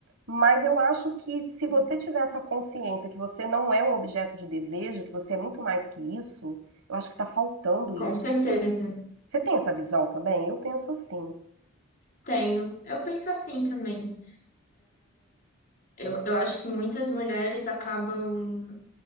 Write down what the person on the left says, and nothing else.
Sim.
Com certeza.
Tenho. Eu penso assim também. Eu, eu acho que muitas mulheres acabam